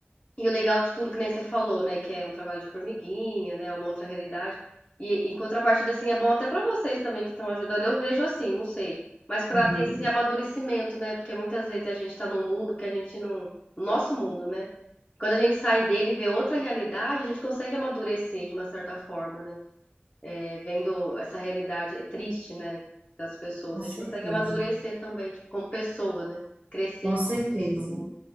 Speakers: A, on the left; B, on the right.
A: e o legal de tudo, que nem você falou, né, que é um trabalho de formiguinha, né, uma outra realidade. E em contrapartida, assim, é bom até pra vocês também que estão ajudando. Eu vejo assim, não sei. Mas pra
B: Uhum,
A: ter esse amadurecimento, né? Porque muitas vezes a gente tá num mundo que a gente não. Nosso mundo, né? Quando a gente sai dele e vê outra realidade, a gente consegue amadurecer de uma certa forma, né? É, vendo essa realidade é triste, né? Das pessoas.
B: com certeza,
A: A gente consegue amadurecer também, tipo, como pessoa, né? Crescer
B: com
A: como
B: certeza.
A: pessoa.